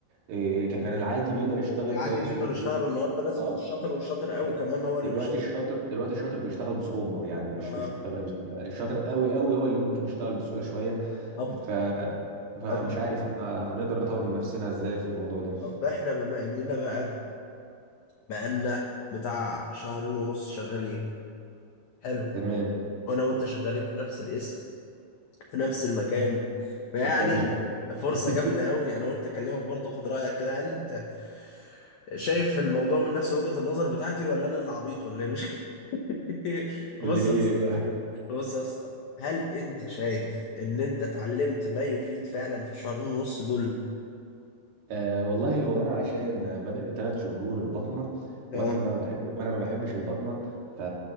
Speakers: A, on the right (about 70°); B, on the left (about 75°).
A: آه، ك- كان العادي بيقدر يشتغل
B: العادي
A: كويس
B: بيقدر
A: ويجيب
B: يشتغل
A: فلوس
B: النهارده لازم
A: اه
B: الشاطر والشاطر قوي
A: د-
B: كمان هو
A: دلوقتي
B: اللي بيشتغل
A: الشاطر دلوقتي الشاطر بيشتغل بصعوبه يعني مش
B: آه.
A: بيشتغل بسهوله الشاطر قوي قوي هو اللي ممكن يشتغل بسهوله شويه
B: طب
A: ف فمش
B: طب
A: عارف احنا هنقدر نطور من نفسنا ازاي في الموضوع ده
B: طب احنا بما اننا بقى بقالنا بتاع شهرين ونص شغالين حلو
A: تمام
B: وانا وانت شغالين في نفس الاسم في نفس المكان فيعني
A: فكرنيش بقى
B: فرصة
A: <laughs>
B: جامدة قوي انا قلت اكلمك برضه اخد رأيك كده هل انت شايف الموضوع من نفس وجهة النظر بتاعتي ولا انا اللي عبيط ولا إيه؟ مش <laughs>
A: اللي
B: بص
A: هي
B: يا اسطى
A: ايه بقى
B: بص يا اسطى هل انت شايف ان انت اتعلمت ما يفيد فعلا في الشهرين ونص دول
A: آه والله هو انا عشان بدأ ثلاث شهور بطنه وانا
B: اه
A: ما بحب وانا ما بحبش البطنه ف...